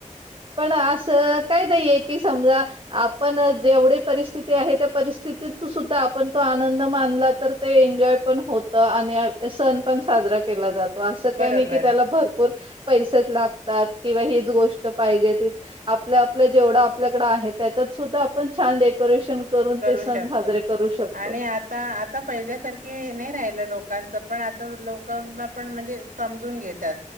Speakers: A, on the right; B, on the right.
A: पण असं काय नाहीये की समजा. आपण जेवढी परिस्थिती आहे त्या परिस्थितीत सुद्धा आपण तो आनंद मानला तर ते एन्जॉय पण होत आणि सण पण साजरा केला जात तो असं
B: बरोबर
A: काही नाही की त्याला भरपूर पैसेच लागतात किंवा हीच गोष्ट पाजे आपल्या आपल्या जेवढं आपल्याकड आहे, त्याच्यात सुद्धा आपण छान. करेशन करून
B: करू
A: ते सण
B: शकतो.
A: साजरे करू शकतो.
B: आणि आता आ आता पहिल्यासारखी नाही राहिलं लोकांचं पण आता लोकांना पण म्हणजे समजून घेतात.